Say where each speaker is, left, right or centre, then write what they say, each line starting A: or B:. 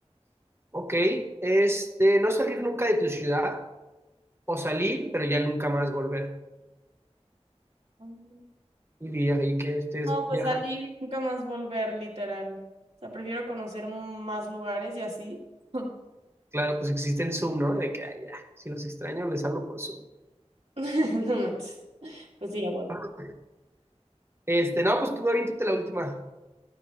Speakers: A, on the right; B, on the right.
A: Ok, este, no salir nunca de tu ciudad, o salir, pero ya nunca más volver.
B: Mm.
A: Y vi ahí que estés
B: No, pues
A: viajando.
B: salir y nunca más volver, literal. O sea, prefiero conocer más lugares y así. <laughs>
A: Claro, pues existe el Zoom, ¿no? De que, ay, ya, si los extraño, les hablo por Zoom.
B: No manches. Pues sí, a huevo.
A: Ah, Este, no, pues tú aviéntate la última.